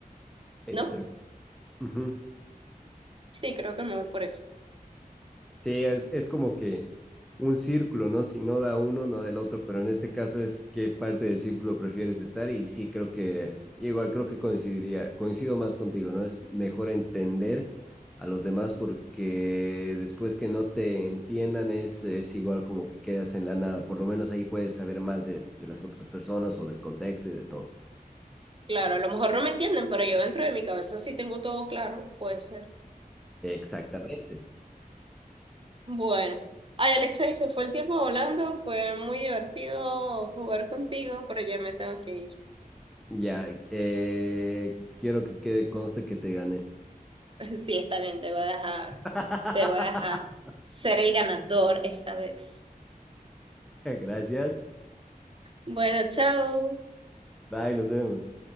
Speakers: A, in the centre; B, on the right.
A: Exacto.
B: ¿No?
A: Ujú.
B: Sí, creo que me voy por eso.
A: Sí, es, es como que un círculo, ¿no? Si no da uno, no da el otro, pero en este caso es qué parte del círculo prefieres estar y sí creo que, igual creo que coincidiría, coincido más contigo, ¿no? Es mejor entender a los demás porque después que no te entiendan es, es igual como que quedas en la nada, por lo menos ahí puedes saber más de, de las otras personas o del contexto y de todo.
B: Claro, a lo mejor no me entienden, pero yo dentro de mi cabeza sí tengo todo claro, puede ser.
A: Exactamente.
B: Bueno, ay Alexa, y se fue el tiempo volando, fue muy divertido jugar contigo, pero ya me tengo que ir.
A: Ya, eh, quiero que quede conste que te gané.
B: <laughs> Sí, está bien, te voy a dejar,
A: <laughs>
B: te voy a dejar ser el ganador esta vez.
A: Gracias.
B: Bueno, chao.
A: Bye, nos vemos.